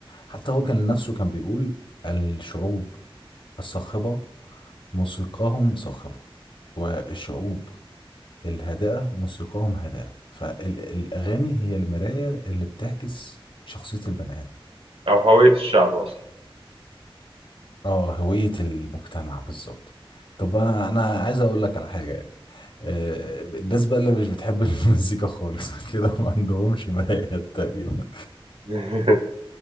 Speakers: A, on the left (about 60°); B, on the right (about 75°).
A: حتى هو كان نفسه كان بيقول الشعوب الصاخبة موسيقاهم صاخبة والشعوب الهادئة موسيقاهم هادئة فالأغاني هي المراية اللي بتعكس شخصية البني آدم
B: أو هوية الشعب أصلا
A: اه هوية المجتمع بالظبط طب انا انا عايز اقول لك على حاجة يعني آه، الناس بقى اللي مش بتحب <laughs> المزيكا خالص <laughs> كده ما عندهمش مرايات تقريبا
B: <laughs>